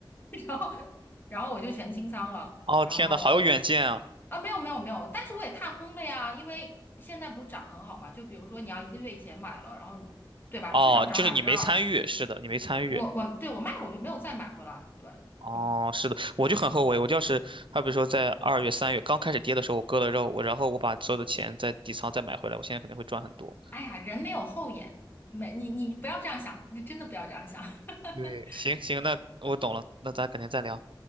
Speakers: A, on the left; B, on the right.
A: <laughs> 然后然后我就全清仓了，
B: 哦，
A: 然后
B: 天呐，好有远见啊！
A: 啊，没有没有没有，但是我也踏空了呀，因为现在不是涨很好嘛，就比如说你要一个月以前买了，然后你对吧，
B: 哦，
A: 至少涨百分之二十，
B: 就是你没参与，是的，你没参与。
A: 我我对我卖了，我就没有再买回来，对，
B: 哦，
A: 嗯，
B: 是的，我就很后悔，我就是，还比如说在二月、三月刚开始跌的时候，我割了肉，我然后我把所有的钱在底仓再买回来，我现在肯定会赚很多。
A: 哎呀，人没有后眼，没你你不要这样想，你真的不要这样想，<laughs>
B: 对，行行，那我懂了，那咱改天再聊。